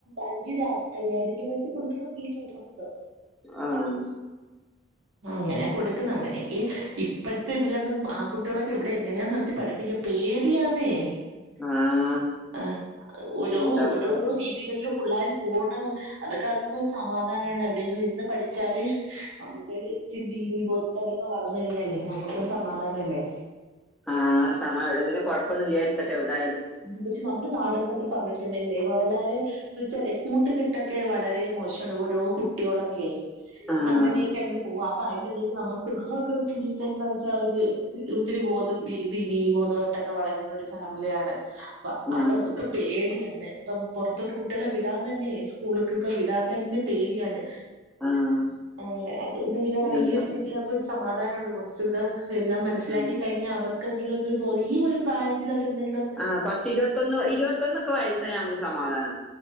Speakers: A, on the right; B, in the centre.
A: അഞ്ച് അയ്യായിരം രൂപ വെച്ച് കൊടുക്കണം ഫീസ് മാസം
B: ആഹ്
A: ആ അങ്ങനാ കൊടുക്കുന്ന അങ്ങനെയക്ക് ഇപ്പഴത്തെ ഇതിലന്നും ആൺകുട്ടികളൊക്കെ ഇവിടെ എങ്ങനെയാ നിർത്തി പഠിപ്പിക്ക പേടിയാന്നേ
B: ആഹ്
A: ആ ഓരോ
B: എന്താപ്പ
A: ഓരോരോ
B: കാ
A: രീതികളിലും പിള്ളേർ പോണ അതൊക്കെ ഇപ്പൊ ഒരു സമാധാനമാണ് എവിടെയെങ്കിലും ഇന്ന് പഠിച്ചാല് നമ്മുക്ക് ഇ ഒരു ചിരി ദീനി ബോധത്തോടെൊക്കെ വളർന്ന് കഴിഞ്ഞാലേ നമ്മുക്കൊരു സമാധാനംല്ലേ
B: ആഹ് സമയ എവിടെങ്കിലും കൊഴപ്പൊന്നുമ ഇല്ലായിരിക്കട്ടെ എവിടൊയാലും
A: പക്ഷെ നമ്മുടെ നാടന്നൊക്കെ പറഞ്ഞിട്ടുണ്ടെങ്കിലേ വള്ളരെ എന്ന് വെച്ചാലെ കൂട്ടുകെട്ടൊക്കെ വളരെ പക്ഷേ ഓരോ കുട്ടികളൊക്കെ
B: ആഹ്
A: അങ്ങനെയൊക്കെങ്ങ് പോവ അതിനിടയിൽ നമ്മുക്ക് നമ്മളൊക്കെ ഒച്ചരി വെച്ചാൽ ഒരു ഒത്തിരി ബോധം ഈ ദിന ഈ ബോധവട്ടം ക്കെ വളരുന്ന ഒരു ഫാമിലിയാണ് അപ്പൊ
B: ആഹ്
A: നമ്മുക്ക് പേടിയാണ് ഇപ്പം പുറത്തോട്ട് കുട്ടികളെ വിടാൻ തന്നെ സ്കൂളക്കൊക്കെ വിടാൻ തന്നെ പേടിയാണ്
B: ആഹ്
A: അ അത് എ
B: എന്താപ്പ
A: ഈ ഒരു രീതിയിലപ്പൊ
B: ചെ
A: ഒരു സമാധാനം മുണ്ട് കുറച്ചൊക്കെ എല്ലാം മനസ്സിലാക്കി
B: ഉം
A: കഴിഞ്ഞാൽ അവർക്ക് കെങ്കില ഒ ഈ ഒരു പ്രായത്തിൽ അവരെന്തെിലും
B: ആ പത്തി ഇരുപത്തൊന്ന് ഇരുപത്തൊന്നൊക്കെ വയസ്സ് നമ്മുക്ക് സമാധാനം